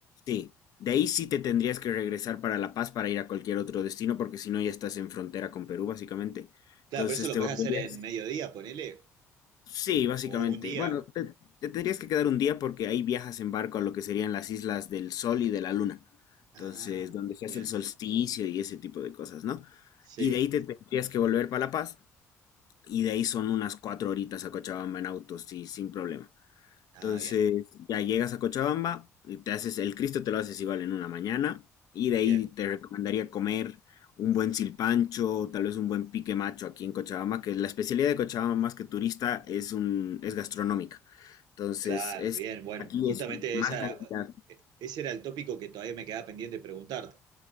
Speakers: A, on the left; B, on the right.
A: Sí. De ahí sí te tendrías que regresar para La Paz para ir a cualquier otro destino, porque si no ya estás en frontera con Perú, básicamente.
B: Claro,
A: Entonces
B: pero eso lo
A: te
B: puedes
A: volverías
B: hacer en mediodía, ponele,
A: Sí, básicamente.
B: o un día.
A: Bueno, te, te tendrías que quedar un día porque ahí viajas en barco a lo que serían las islas del Sol y de la Luna. Entonces,
B: Ah,
A: donde se
B: bien,
A: hace el solsticio y ese tipo de cosas, ¿no?
B: sí.
A: Y de ahí te tendrías que volver para La Paz y de ahí son unas cuatro horitas a Cochabamba en auto, sí, sin problema.
B: Ah,
A: Entonces,
B: bien,
A: ya llegas a Cochabamba, y te haces el Cristo, te lo haces igual en una mañana, y de
B: bien.
A: ahí te recomendaría comer un buen silpancho, tal vez un buen pique macho aquí en Cochabamba, que la especialidad de Cochabamba más que turista es un es gastronómica. Entonces,
B: Claro,
A: es
B: bien, bueno,
A: aquí
B: justamente
A: es más
B: esa,
A: cantidad.
B: ese era el tópico que todavía me quedaba pendiente de preguntarte.